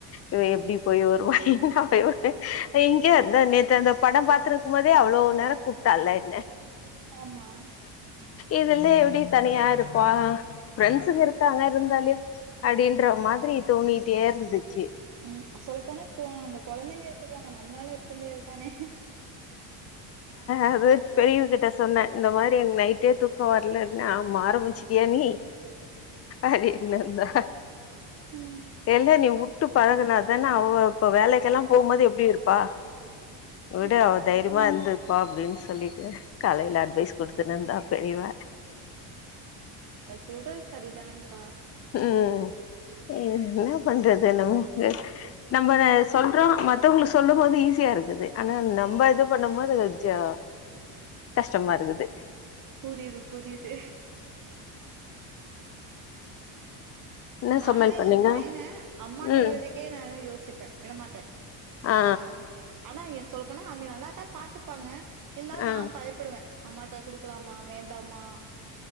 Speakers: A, on the left (about 35°); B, on the right (about 45°).
A: இவ எப்டி போய் வருவா என்ன போய் வரு இங்க இருந்த நேத்து அந்த படோ பாத்து இருக்கு போதே அவ்ளோ நேரோ கூப்ட்டால என்ன
B: ஆமா
A: இதுலே எப்டி தனியா இருப்பா ஃப்ரெண்ட்ஸுங்க இருக்காங்க இருந்தாலு அப்டின்ற மாதிரி தோணிட்டே இருந்துச்சு
B: ம் சொல்ல போனா போ அந்த கொழந்தைங்க இருந்துபாங்க நம்ளால இருக்க முடியாது தானே
A: அது பெரியவ கிட்ட சொன்ன இந்த மாரி எனக்கு நைட்டே தூ க்கோ வர்லனு ஆமா ஆரம்பிச்சிட்டியா நீ அது என்னந்தா
B: ம்
A: இல்ல நீ உட்டு பலகுனாதான அவ இப்ப வேலைக்கெல்லாமக்ஷ போம்போது எப்டி இருப்பா விட
B: ம்
A: அவ
B: ம்
A: தைரியமா
B: ம்
A: இருந்துப்பா அப்டின் சொல்லிட்டு காலயில அட்வைஸ் குடுத்துனுந்தா பெரியவ
B: சொல்றது சரிதானேக்கா
A: ம் என்ன பண்றது நம்ம நம்ம சொல் றோ மத்தவங்க சொல்லும்போது ஈஸியா இருக்குது ஆனா நம்ம இது பண்ணும்போது கொஞ்சோ கஷ்டமா இருக்குது
B: புரியுது புரியுது
A: என்ன
B: நானல்லா
A: சமையல் பண்ணீங்க
B: எ பையன அம்மாட்ட
A: ம்
B: விட்ரதுக்கே கே நாளா யோசிப்பே விடமாட்டே
A: ஆ
B: அ ஆனா இங்க சொல்லபோனா அவுங்க நல்லாதா பாத்துப்பாங்க இருதாலு
A: ஆ
B: நா பயப்புடுவே அம்மாட்டா குடுக்கலாமா வேண்டாமா